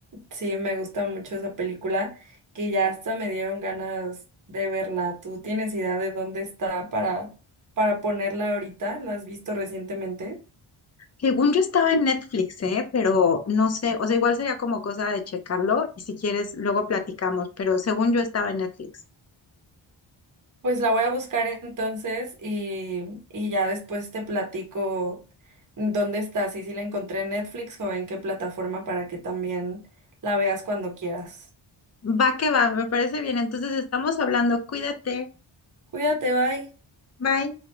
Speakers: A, on the right; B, on the left.
A: sí me gusta mucho esa película, que ya hasta me dieron ganas de verla. ¿Tú tienes idea de dónde está para para ponerla ahorita? ¿La has visto recientemente?
B: Según yo estaba en Netflix, ¿eh? Pero no sé, o sea, igual sería como cosa de checarlo y si quieres luego platicamos, pero según yo estaba en Netflix.
A: Pues la voy a buscar entonces y, y ya después te platico dónde está, si si la encontré en Netflix o en qué plataforma para que también la veas cuando quieras.
B: Va que va, me parece bien. Entonces estamos hablando, cuídate,
A: Cuídate, bye.
B: bye.